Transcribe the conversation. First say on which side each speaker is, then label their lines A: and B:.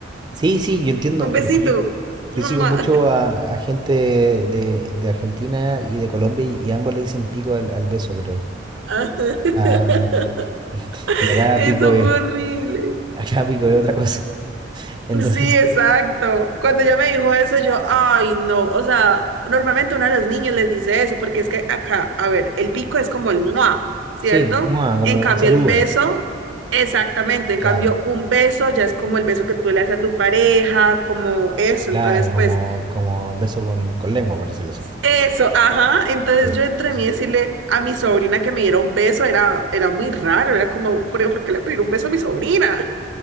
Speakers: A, on the right; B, on the right.
A: Sí, sí, yo
B: <laughs>
A: entiendo.
B: un besito.
A: y es que yo, yo
B: <laughs>
A: sigo mucho a, a gente de, de Argentina y de Colombia y, y ambos le dicen pico al, al beso, creo.
B: Ah, <laughs>
A: Ah, y acá
B: Eso
A: pico es,
B: fue horrible.
A: <laughs> acá pico es otra cosa. <laughs> Entonces,
B: Sí,
A: sí,
B: exacto. Cuando ella me dijo eso, yo, ay, no. O sea, normalmente uno de los niños les dice eso, porque es que acá, a ver, el pico es como el mua, ¿cierto?
A: sí, mua, como
B: En cambio,
A: un saludo.
B: el beso, exactamente. En
A: Claro,
B: cambio, un beso ya es como el beso que tú le haces a tu pareja, como eso.
A: claro,
B: Entonces,
A: como,
B: pues,
A: como beso con, con lengua, por decirlo así.
B: eso, ajá. Entonces,
A: Sí,
B: yo entre
A: sí, sí.
B: mí decirle a mi sobrina que me diera un beso era, era muy raro. Era como, ¿por por qué le pedir un beso a mi sobrina?